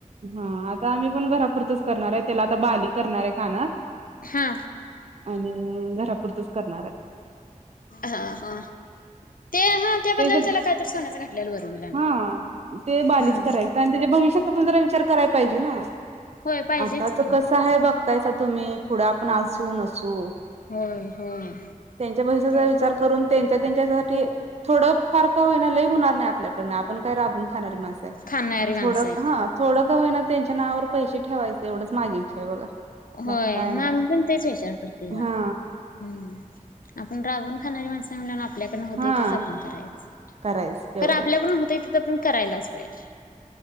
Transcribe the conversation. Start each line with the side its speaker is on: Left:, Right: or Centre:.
Right: हा आता आमी पण घरापुरतच करणाराय तेला आता बाली करणाराय कानात
Left: हा
Right: आणि घरापुरतच करणाराय
Left: हा हा ते हा त्या बदल्याला
Right: तेज्या
Left: त्याला काहीतरी सोन्याचं घातलेलं बरं होईल आणि
Right: हा ते बालीच
Left: हम्म
Right: करायचं तेच्या भविष्याचा आपण जरा विचार कराय पाइजे ना
Left: होय पाहिजेच
Right: आताच
Left: की
Right: कसं हाय बघ बगतायसा तुमी पुड आपण
Left: होय
Right: असू नसू
Left: होय होय
Right: त्यांच्या भविष्याचा
Left: तेच
Right: विचार करून त्यांच्या त्यांच्यासाठी थोडं फार का होईना लय हुणार नाय आपल्याकडन आपण काय राबून खणारी माणस हाय
Left: खाणारी माणसं
Right: थोडं
Left: आहेत
Right: हा थोडं का होइना तेंच्या नावावर पैशे ठेवायच एवडच माजी इचा हाय बघा बाकी
Left: होय
Right: काय
Left: म
Right: नाही
Left: आमी पण तेच विचार करतोय बगा
Right: हा
Left: हम्म आपण राबुण खाणारी माणस चांगल्यान आपल्याकडनं हूतय
Right: हा
Left: तेच आपण करायचं,
Right: करायच तेवढं
Left: खरं आपल्या कडून हूतर तिथं पण करायलाच पायजे.